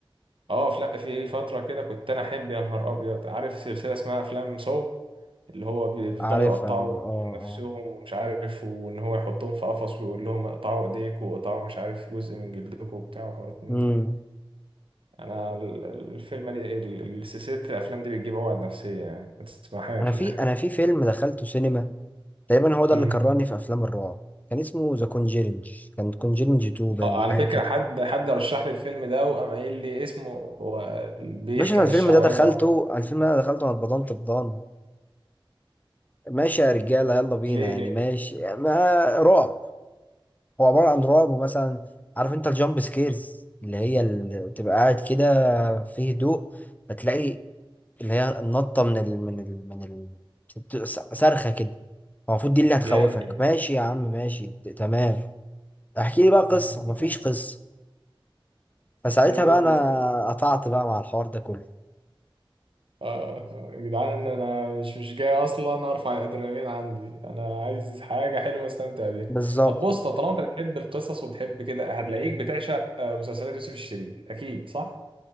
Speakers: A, on the right; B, on the left.
A: اه افلام في فتره كده كنت انا احب يا نهار ابيض عارف سلسله اسمها افلام سو اللي هو بيفضلوا
B: عارفها
A: يقطعوا
B: اه اه
A: نفسهم
B: اه
A: ومش عارف وان هو يحطهم في قفص ويقول لهم اقطعوا ايديك واقطعوا مش عارف جزء من جلدكم وبتاع وحوارات من
B: امم
A: دي انا ال- الفيلم دي ال- ال- سلسله الافلام دي بتجيب عقد نفسيه يعني ما تسمعهاش
B: انا في
A: يعني
B: انا في فيلم دخلته سينما تقريبا هو ده
A: امم
B: اللي كرهني في افلام الرعب كان اسمه ذا كونجيرنج كان كونجيرنج 2 باين
A: اه آه، على
B: حاجه
A: فكرة
B: كده
A: حد حد رشح لي الفيلم ده وقام قايل لي اسمه هو بيحكي
B: باشا انا
A: عن
B: الفيلم
A: الشعوذة
B: ده دخلته
A: وع-
B: الفيلم ده أنا دخلته انا اتبضنت بضان ماشي يا رجاله يلا بينا
A: ليه
B: يعني
A: ليه
B: ماشي ما رعب هو عباره عن رعب ومثلا عارف انت الجامب سكيرز اللي هي اللي بتبقى قاعد كده في هدوء فتلاقي اللي هي النطة من ال من ال من ال بت- صرخة كده هو المفروض دي اللي
A: جامد
B: هتخوفك ماشي يا عم ماشي د- تمام احكي لي بقى قصة
A: <laughs>
B: مفيش قصة فساعتها
A: جميل
B: بقى انا
A: يا اسطى
B: قطعت بقى مع الحوار ده كله
A: اه آه، يا جدعان انا مش مش جاي اصلا ارفع الادرينالين عندي انا عايز حاجة حلوة استمتع بيها
B: بالظبط
A: طب بص طب طالما انت بتحب القصص وبتحب كده هتلاقيك بتعشق آه، مسلسلات يوسف الشريف اكيد صح